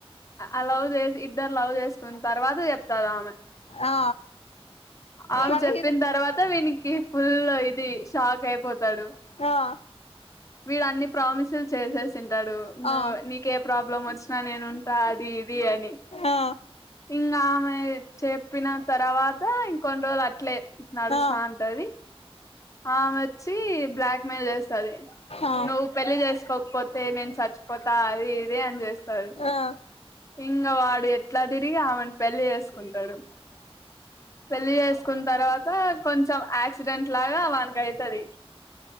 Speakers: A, on the left; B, on the left.
A: అలవ్ చేసి ఇద్దరినీ లవ్ చేసుకున్న తర్వాత చెప్తారు ఆమె
B: ఆ
A: ఆమె
B: వాళ్ళ
A: చెప్పిన
B: హీరో
A: తర్వాత వినీ ఫుల్ ఇది షాక్ అయిపోతాడు
B: అహా
A: వీడు అన్ని ప్రామిసులు చేసేసి తింటాడు నువ్వు
B: ఆ
A: నీక ఏ ప్రాబ్లం వచ్చినా నేను అది ఇది అని
B: ఆ
A: ఇంగా ఆమె చెప్పిన తర్వాత ఇంకొన్ని రోజులు అట్లే నడుస్తా
B: ఆ ఆ ఆ
A: ఉంటది ఆమెచ్చి బ్లాక్మెెయిల్ చేస్తంది
B: ఆ ఆ
A: నువ్వు పెళ్లి చేసుకోకపోతే నేను చచ్చిపోతా అది ఇది అని చేస్తంది
B: ఆ
A: ఇంగ వాడ్ ఇడు ఎట్లా తిరిగి ఆమెను పెళ్లి చేసుకుంటాడు పెళ్లి చేసుకున్న తర్వాత కొంచం యాక్సిడెంట్ లాగా వనికి అయితది